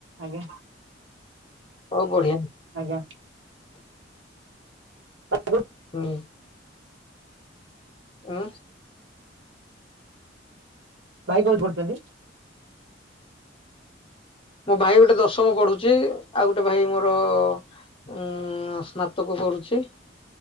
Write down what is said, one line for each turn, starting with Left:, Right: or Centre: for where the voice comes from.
Right: ଆଜ୍ଞା।
Left: ହଉ ବଢିଆ।
Right: ଆଜ୍ଞା। <unintelligible>
Left: ହୁଁ। ଉଁ।
Right: ଭାଇ କୋଉଠି ପଢୁଛନ୍ତି।
Left: ମୋ ଭାଇ ଗୋଟେ ଦଶମ ପଢୁଚି ଆଉ ଗୋଟେ ଭାଇ ମୋର ଉଁ ସ୍ନା ସ୍ନାତକ କରୁଚି।